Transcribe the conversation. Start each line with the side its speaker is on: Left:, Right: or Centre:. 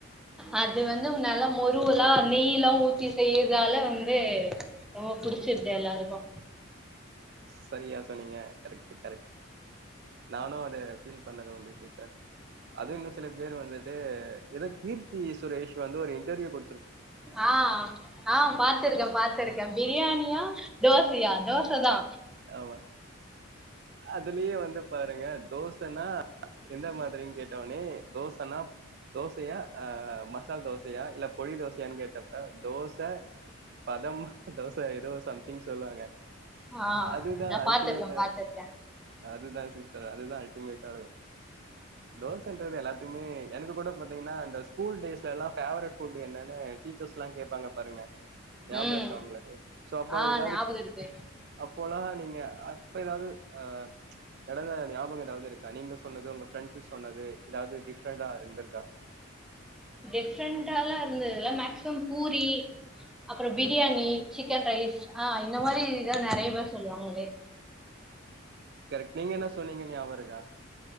Centre: அது வந்து நல்லா முருவலா நெய்லா ஊத்தி செய்யறதால வந்து ரொம்ப புடிச்சிருது எல்லாருக்கு
Right: சரியா சொன்னீங்க கரெக்ட் கரெக்ட் நானும் அத ஃபீல் பண்ணது உண்டு சிஸ்டர் அது இன்னு சில பேர் வந்துட்டு ஏதோ கீர்த்தி சுரேஷ் வந்து ஒரு இன்டர்வியூ குடுத்து
Centre: ஆ ஆ பாத்துருக்க பாத்துருக்க பிரியாணியா தோசையா தோச தா
Right: ஆமா அதுலயே வந்து பாருங்க தோசைன்னா எந்த மாதிரின்னு கேட்ட உடனே தோசைனா தோசையா ஆ மசால் தோசையா இல்ல பொடி தோசையான் கேட்டப்ப தோச பதம் தோச ஏதோ சம்திங் சொல்லுவாங்க
Centre: ஆ
Right: அதுதா
Centre: நா
Right: அல்டிமேட்டா
Centre: பாத்துருக்கே பாத்துருக்கே.
Right: இரு அதுதா சிஸ்டர் அதுதா அல்டிமேட்டா இருக்கு
Centre: உ <inaudible>
Right: தோசைன்றது எல்லாத்தயுமே எனக்கு கூட பாத்தீங்கன்னா இந்த ஸ்கூல் டேஸ்லல்லா ஃபேவரட் ஃபுட்டு என்னனு டீச்சர்ஸ்லா கேப்பாங்க பாருங்க ஞாபகம்
Centre: ம்
Right: இருக்கா உங்களுக்கு சோ அப்ப
Centre: ஆ
Right: ஏதாவது
Centre: ஞாபக இருக்கு
Right: அப்போலாம் நீங்க அப்ப எதாவது அ நடந்த ஞாபக எதாவது இருக் அ கனிந்து சொன்னது உங்க ஃப்ரெண்ட் சொன்னது ஏதாவது டிஃப்ரெண்டா இருந்திருக்கா
Centre: டிஃப்ரெண்டால்லா இருந்துதுல்ல மேக்சிமம் பூரி அப்பறம் பிரியாணி
Right: ம்.
Centre: சிக்கன் ரைஸ் ஆ இந்த மாரி இதா நெறய பேர் சொல்லுவாங்களே
Right: கரெக்ட் நீங்க என்ன சொன்னீங்கன் ஞாபகருக்கா